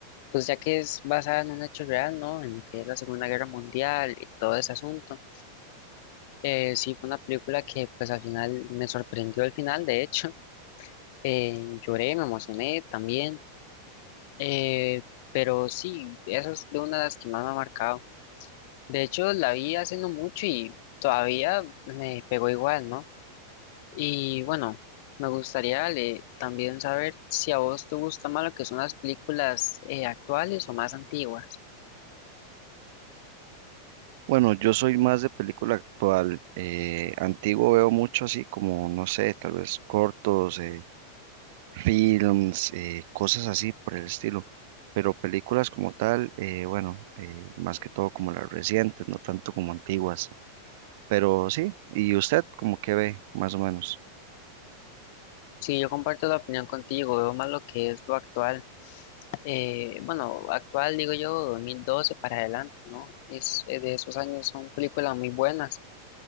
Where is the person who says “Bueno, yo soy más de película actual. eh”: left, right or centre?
Right